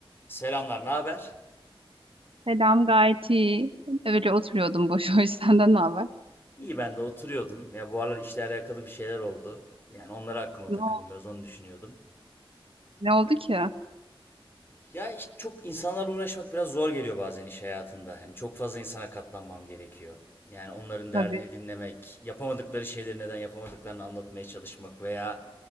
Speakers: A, on the left (about 25°); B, on the right (about 70°).
A: Selamlar, ne haber?
B: Selam gayet iyi. Öyle oturuyordum boş <laughs> boş. Senden ne haber?
A: İyi ben de oturuyordum. Ya bu aralar işle alakalı bir şeyler oldu. Yani onları aklıma
B: Ne
A: takıldım
B: oldu?
A: biraz onu düşünüyordum.
B: Ne oldu ki?
A: Ya işte çok insanlarla uğraşmak biraz zor geliyor bazen iş hayatında. Hani çok fazla insana katlanmam gerekiyor. Yani onların derdini
B: Tabii.
A: dinlemek, yapamadıkları şeyleri neden yapamadıklarını anlatmaya çalışmak veya